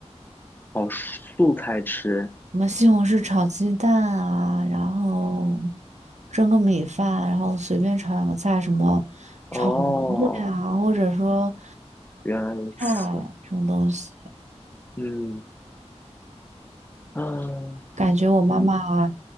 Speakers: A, on the left; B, on the right.
A: 哦，素菜吃。
B: 什么西红柿炒鸡蛋啊，然后蒸个米饭，然后随便炒两个菜，什么炒馄饨啊，
A: 哦，
B: 或者说
A: 原来如此。
B: 菜什么东西。
A: 嗯啊，
B: 感觉我妈妈
A: 嗯